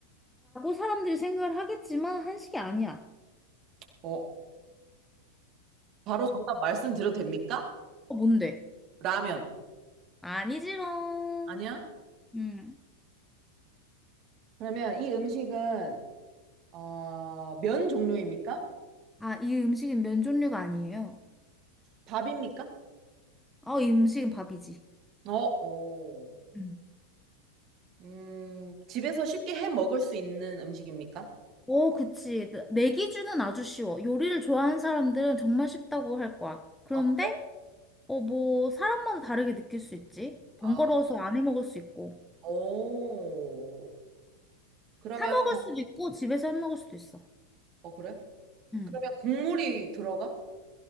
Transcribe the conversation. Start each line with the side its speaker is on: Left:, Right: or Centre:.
Centre: 사람들이 생각을 하겠지만 한식이 아니야.
Right: 어, 바로 정답 말씀드려도 됩니까?
Centre: 어, 뭔데?
Right: 라면.
Centre: 아니지롱.
Right: 아니야?
Centre: 음.
Right: 그러면 이 음식은 어, 면 종류입니까?
Centre: 아, 이 음식은 면 종류가 아니에요.
Right: 밥입니까?
Centre: 아, 이 음식은 밥이지.
Right: 어, 어.
Centre: 음.
Right: 음, 집에서 쉽게 해 먹을 수 있는 음식입니까?
Centre: 어, 그치. 나- 내 기준은 아주 쉬워. 요리를 좋아하는 사람들은 정말 쉽다고 할 거야. 그런데,
Right: 아, 그래?
Centre: 어, 뭐, 사람마다 다르게 느낄 수 있지. 번거로워서
Right: 아,
Centre: 안 해 먹을 수 있고.
Right: 오. 그러면
Centre: 사 먹을 수도 있고 집에서 해 먹을 수도 있어.
Right: 어, 그래?
Centre: 음.
Right: 그러면 국물이 들어가?